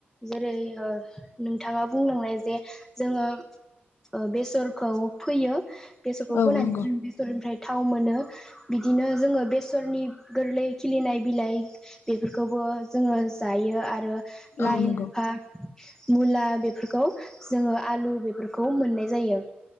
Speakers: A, in the centre; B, on the left (about 75°).
A: जेरै ओ नों बिथाङा बुंलांनाय जे जोङो ओ बेसरखौ फैयो। बेसरखौ
B: औ
A: फोनानै
B: नंगौ
A: जों बेसरनिफ्राय थाव मोनो बिदिनो जोङो बेसरनि गोरलै खिलिनाय बिलाइ बेफोरखौबो जोङो जायो आरो
B: औ
A: लाइ
B: नंगौ
A: लाफा मुला बेफोरखौ जोङो आलु बेफोरखौ मोननाय जायो।